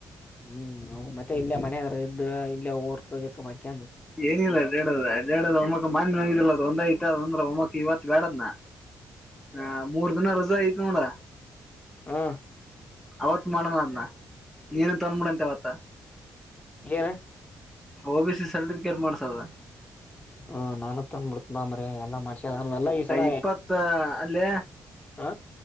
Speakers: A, on the left; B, in the centre.
A: ಹ್ಮ್ ನ ಮತ್ತೆ ಇಲ್ಲ ಮನ ಇದ ಇಲ್ಲ ಊರ್ಕ ಇರ್ಕ ಮಾಡ್ಕ
B: ಏನಿಲ್ಲೇಡಡದ ಒಮ್ಮಕ್ ಮಾನ್ ಮುಗಿದಿಲ್ಲ ಅದು ಒಂದ ಐತ ಅದ ಅಂದ್ರೆ ಒಮ್ಮಕ್ ಇವತ್ ಬೇಡದ್ನ ಹ ಮೂರ್ ದಿನ ರಜಾ ಆಯ್ತ ನೋಡ
A: ಹಾ
B: ಅವತ್ ಮಾಡೋಣ ಅದ್ನ ನೀನನ್ ತಂದ್ಬಿಡಂತೆ ಅವವತ್ತ
A: ಏನು
B: ಓಬ ಸಿ ಸರ್ಟಿಫಿಕೇಟ್ ಮಾಡ್ಸದ
A: ಹ ನಾನು ತಂದ ಮುಡ್ಕ್ ಬ ಅಂಬ್ರೆ ಎಲ್ಲಾ ಮಾಡ್ಸ ನ ಎಲ್ಲ ಈ ಸಲ
B: ಇಪ್ಪತ್ತ ಅಲ್ಲೇ
A: ಹಾ